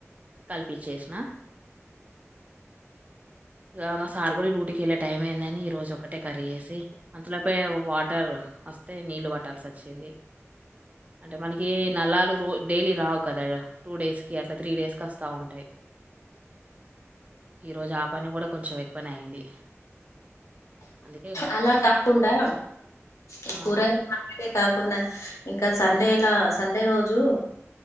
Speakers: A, on the right; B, on the left.
A: కలిపించేసిన. <inaudible> ఇగ మా సార్ కూడా డ్యూటీకెళ్లే టైం అయిందని. ఈ రోజు ఒకటే కర్రీ చేేసి అంత లోపే వాటర్. వస్తే నీళ్లు పట్టాల్సి వచ్చింది. అంటే మనకి నల్లాలు రో డైలీ రావు కదా. టూ డేస్ కి అట్లా త్రీ డేస్ కి వస్తా ఉంటాయి. ఈరోజు ఆ పని కూడా కొంచెం ఎక్కువనే అయింది. అందుకే
B: అలా కాకుండా ఈ
A: ఆ
B: కూరగాయల మార్కెట్ కా. కుండా ఇంకా సండేలా సండే రోజు.